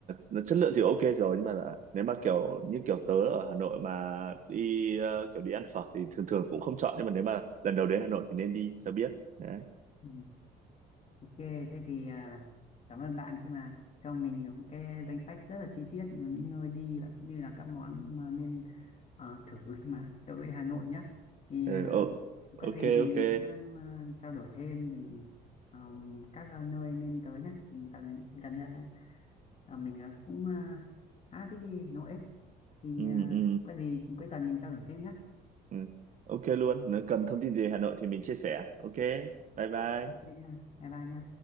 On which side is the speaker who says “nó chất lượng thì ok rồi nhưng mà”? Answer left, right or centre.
Right